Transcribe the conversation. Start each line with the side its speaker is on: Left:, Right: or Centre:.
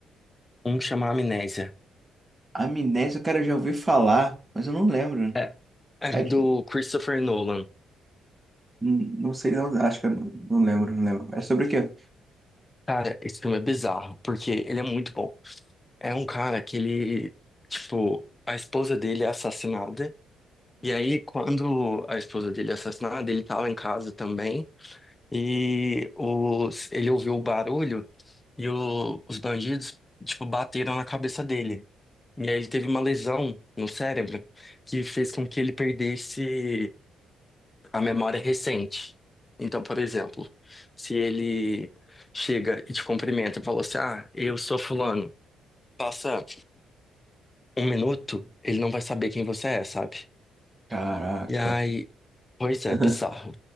Left: Um que chama Amnésia.
Right: Amnésia, cara, eu já ouvi falar, mas eu não lembro.
Left: É, é
Right: É
Left: do
Right: de-
Left: Christopher Nolan.
Right: não não sei, não, acho que eu não, não lembro, não lembro. É sobre o quê?
Left: Cara, esse filme é bizarro, porque ele é muito bom. É um cara que ele, tipo, a esposa dele é assassinada. E aí, quando a esposa dele é assassinada, ele tava em casa também. E os, ele ouviu o barulho e o- os bandidos, tipo, bateram na cabeça dele. E aí ele teve uma lesão no cérebro que fez com que ele perdesse a memória recente. Então, por exemplo, se ele chega e te cumprimenta e fala assim, ah, eu sou fulano. passa um minuto, ele não vai saber quem você é, sabe?
Right: Caraca.
Left: E aí, pois
Right: <laughs>
Left: é, bizarro.